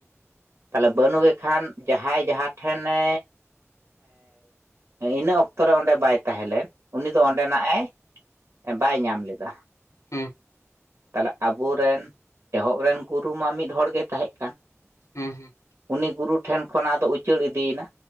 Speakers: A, on the right; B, on the left.
A: ᱛᱟᱦᱚᱞᱮ ᱵᱟᱹᱱᱩᱜᱮ ᱠᱷᱟᱱ ᱡᱟᱦᱟᱸᱭ ᱡᱟᱦᱟᱸ ᱴᱷᱮᱱᱮ ᱮᱸ ᱤᱱᱟᱹ ᱚᱠᱛᱚ ᱨᱮ ᱚᱸᱰᱮ ᱵᱟᱭ ᱛᱟᱦᱮᱸ ᱞᱮᱱ, ᱩᱱᱤ ᱫᱚ ᱚᱸᱰᱮᱱᱟᱜ ᱮ ᱵᱟᱭ ᱧᱟᱢ ᱞᱮᱫᱟ᱾
B: ᱦᱩᱸ
A: ᱛᱟᱦᱚᱞᱮ ᱟᱵᱚᱨᱮᱱ ᱮᱦᱚᱵ ᱨᱮᱱ ᱜᱩᱨᱩ ᱢᱟ ᱢᱤᱫ ᱦᱚᱲ ᱜᱮ ᱛᱟᱦᱮᱸ ᱠᱟᱱᱟ
B: ᱦᱩᱸ ᱦᱩᱸ
A: ᱩᱱᱤ ᱜᱩᱨᱩ ᱴᱷᱮᱱ ᱠᱷᱚᱱᱟᱜ ᱟᱫᱚ ᱩᱪᱟᱹᱲ ᱤᱫᱤᱭᱮᱱᱟ